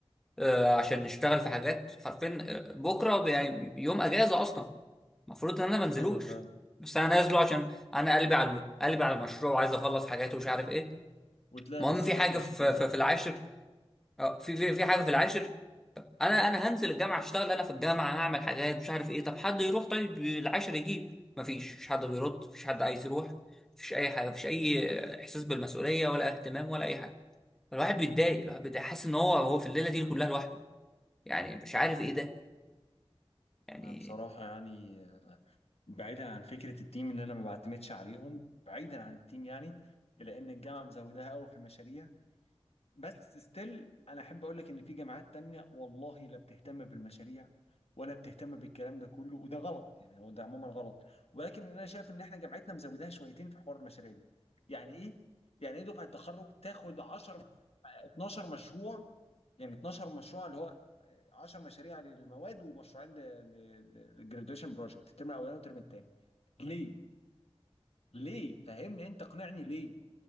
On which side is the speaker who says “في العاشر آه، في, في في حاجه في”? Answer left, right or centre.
Centre